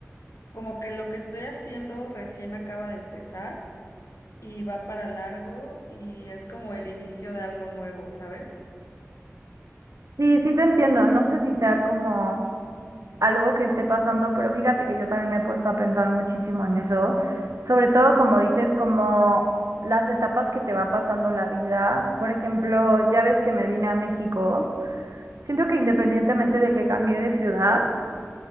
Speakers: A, on the left; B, on the right.
A: como que lo que estoy haciendo recién acaba de empezar y va para largo y es como el inicio de algo nuevo, ¿sabes?
B: Sí, sí te entiendo, no sé si sea como algo que esté pasando, pero fíjate que yo también me he puesto a pensar muchísimo en eso, sobre todo como dices, como las etapas que te va pasando la vida, por ejemplo, ya ves que me vine a México, siento que independientemente de que cambié de ciudad,